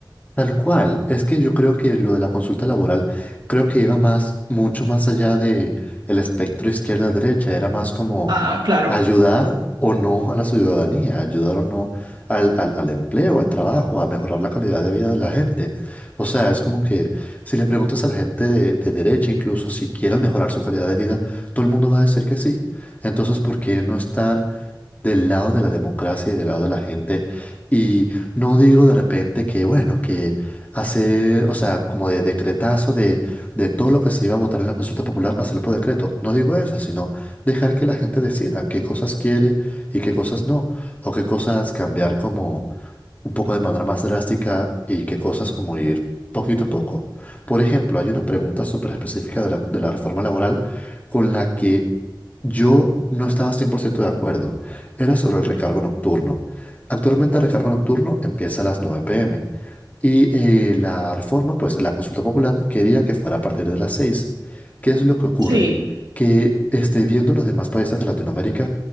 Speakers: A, on the left; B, on the right.
A: tal cual, es que yo creo que lo de la consulta laboral, creo que iba más, mucho más allá de el espectro izquierda-derecha, era más como
B: Ah, claro.
A: ayudar o no a la ciudadanía, ayudar o no al, al, al empleo, al trabajo, a mejorar la calidad de vida de la gente. O sea, es como que si le preguntas a la gente de, de derecha, incluso si quieren mejorar su calidad de vida, todo el mundo va a decir que sí. Entonces, ¿por qué no estar del lado de la democracia y del lado de la gente. Y no digo de repente que, bueno, que hacer, o sea, como de decretazo de, de todo lo que se iba a votar en la consulta popular, hacerlo por decreto. No digo eso, sino dejar que la gente decida qué cosas quiere y qué cosas no, o qué cosas cambiar como un poco de manera más drástica y que cosas como ir poquito a poco. Por ejemplo, hay una pregunta súper específica de la, de la reforma laboral con la que yo no estaba 100% de acuerdo. Era sobre el recargo nocturno. Actualmente el recargo nocturno empieza a las 9 pm y eh, la reforma, pues la consulta popular quería que fuera a partir de las 6. ¿Qué es lo que ocurre?
B: Sí,
A: Que este, viendo los demás países de Latinoamérica,